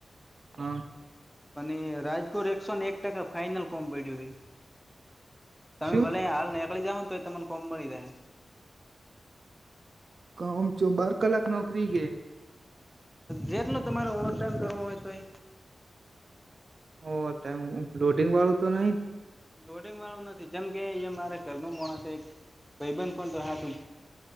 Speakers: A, on the right (about 55°); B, in the centre.
A: હા
B: અને રાજ એકસો ને એક ટકા ફાઈનલ કોમ પડ્યું છે તમે
A: શું
B: ભલે હાલ <unintelligible> તોય તમન કોમ મળી જાહે
A: કમચો બાર કલાક નોકરી ગે
B: જેટલો તમારે ઓવર ટાઈમ કરવો હોય તો એ
A: ઓવર ટાઈમ લોડિંગ વાળું તો નહી
B: લોડિંગ વાળું નથી જેમ કે એ મારે ઘર ન માણસ એક ભાઈ બંધ કોણ તો હા તું